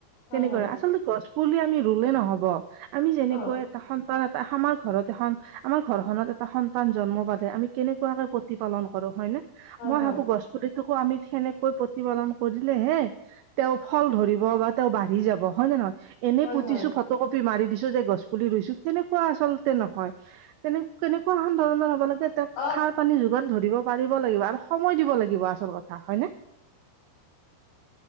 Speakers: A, on the left (about 80°); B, on the right (about 85°).
A: হয়
B: তেনেকৈ,
A: হয়
B: আচলতে গছ পুলি আমি ৰুলে নহব আমি যেনেকৈ
A: অ
B: এটা সন্তান- টা আমাৰ ঘৰত এখন আমাৰ ঘৰখনত এট- টা সন্তান জন্ম বাদে আমি কেনেকুৱাকে প্ৰতি পালন কৰো হয়নে
A: হয়
B: মই
A: হয়
B: ভাবো গছপুলিত- তোকো আমি সেনেকৈ প্ৰতিপালন কৰিলে হে- তেওঁ ফল ধৰিব বা তেওঁ বাঢ়ি যাব হয় নে নহয়। এনেই
A: হয়
B: পুতিছো
A: হয়
B: ফটো কপি মাৰি দিছো যে গছ পুলি ৰুইছো তেনেকুৱা আচলতে নহয়। তেনে- কেনেকুৱাখন ধৰণৰ হ'ব লাগে তেওঁক
A: অ
B: খাব- পানী যোগান ধৰিব পাৰিব লাগিব আৰু সময় দিব লাগিব আচল কথা হয়নে?